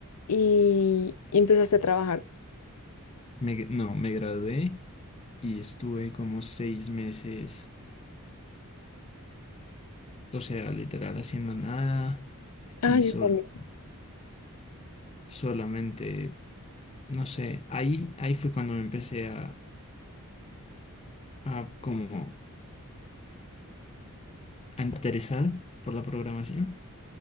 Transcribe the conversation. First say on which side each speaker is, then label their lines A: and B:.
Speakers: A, on the left; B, on the left.
A: y, y empezaste a trabajar.
B: Me- no, me gradué y estuve como seis meses, o sea, literal haciendo nada
A: Ah,
B: y
A: yo
B: solo,
A: también.
B: solamente, no sé, ahí, ahí fue cuando me empecé a, a como a interesar por la programación,